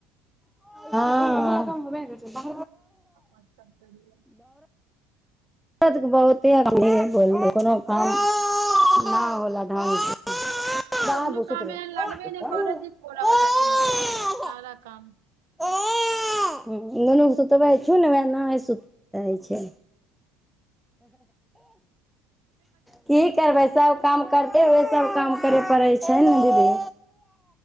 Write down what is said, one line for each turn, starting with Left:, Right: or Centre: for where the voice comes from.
Centre: हँ
Right: आ सब कहियउ
Centre: त बहुत ब कोनो काम नहि होला ढंग से बाबू
Right: कोनो काम
Centre: सुत रहो
Right: एहन लागबे नहि करत जे छोड़ऽ वला छै महिला के सारा काम
Centre: ओ ननू सु त बै सुु ने वए न सुतै छै की करबै सभ काम करते हुए सब काम करे पड़ै छै ने दीदी